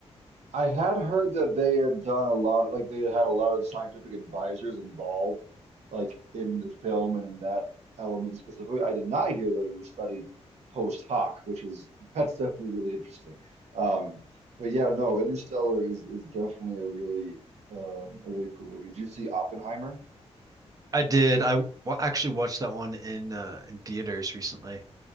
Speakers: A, on the right; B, on the right.
A: I had heard that they had done a lot, like they had had a lot of scientific advisors involved, like in the film and in that element specifically. I did not hear that it was studied post hoc, which is <laughs> that's definitely really interesting. Um, but yeah, no, Interstellar is is definitely a really um, a really cool movie. Did you see Oppenheimer?
B: I did. I wa- actually watched that one in uh, in theaters recently.